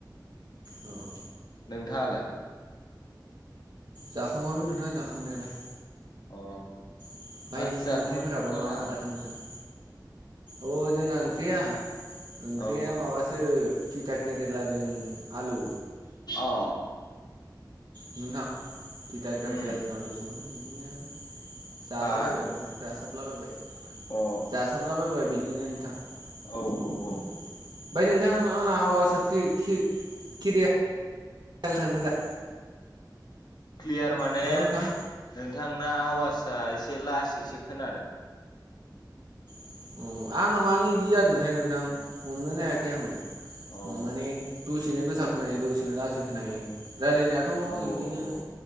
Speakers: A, on the right; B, on the left.
A: औ
B: नोंथाङालाय
A: जाखांबामोन नोंथाङा जाखांनायालाय
B: अ
A: ओमफ्राय
B: मा ओंख्रि जाखोमोन
A: ओंख्रिफोराबो
B: नोंथांलाहा
A: मा मा जागोन नोंथाङा अ जोंना ओंख्रिया ओंख्रिया
B: औ
A: माबासो फिथा केरेलाजों आलु
B: अ
A: नोंथां फिथा केरेलाजों
B: उम
A: आलुसोमोन बिदिनो जालाबायबाय
B: हा
A: नोंथां जासाबलाबायबाय
B: अ औ
A: जासाबलाबोबाय बिदिनो नोंथां फ्राय
B: औ औ
A: नोंथां आंना आवा साखि केरियार थांदों दा
B: क्लियार माने
A: हेलौ नोंथां
B: नोंथांना आवाजआ एसे लासैसो खोनादों
A: अ आंना मानो बिदि जादोंथाय नोंथां हमनो नायाखै आङो
B: अ औ
A: माने दसेनो गोस खोनायो दसेनो लासै खोनायो रायलायनायाथ'
B: औ
A: बिदिनो
B: ओ